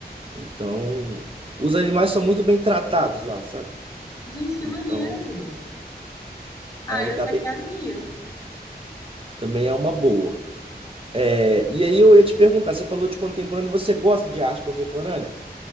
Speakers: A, on the right; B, on the left.
A: Então, os animais são muito bem tratados lá, sabe?
B: Gente, que
A: Então,
B: maneiro. Ah,
A: é um lugar
B: eu já
A: bem,
B: quero ir.
A: também é uma boa. É, e aí eu ia te perguntar, você falou de contemporâneo, você gosta de arte contemporânea?